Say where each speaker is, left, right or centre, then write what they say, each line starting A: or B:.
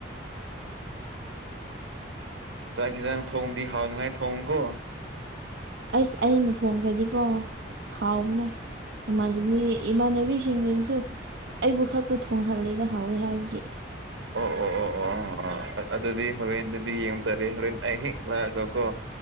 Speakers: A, on the right; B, on the right.
A: ꯆꯥꯛ ꯌꯦꯟꯁꯥꯡ ꯊꯣꯡꯗꯤ ꯍꯥꯎꯅꯤꯉꯥꯏ ꯊꯣꯡꯉꯨꯀꯣ꯫
B: ꯑꯁ ꯑꯩꯅ ꯊꯣꯡꯈ꯭ꯔꯗꯤꯀꯣ ꯍꯥꯎꯕꯅꯦ ꯏꯃꯥꯟꯗꯕꯤ ꯏꯃꯥꯟꯅꯕꯤꯁꯤꯡꯅꯁꯨ ꯑꯩꯕꯨ ꯈꯛꯄꯨ ꯊꯣꯡꯍꯜꯂꯤꯗ ꯍꯥꯎꯋꯦ ꯍꯥꯏꯕꯒꯤ꯫
A: ꯑꯣ ꯑꯣ ꯑꯣ ꯑꯣ ꯑꯣ ꯑꯗꯨꯗꯤ ꯍꯣꯔꯦꯟ ꯑꯗꯨꯗꯤ ꯌꯦꯡ ꯇꯔꯦ ꯍꯣꯔꯦꯟ ꯑꯩ ꯍꯦꯛ ꯂꯥꯛꯑꯒ ꯀꯣ꯫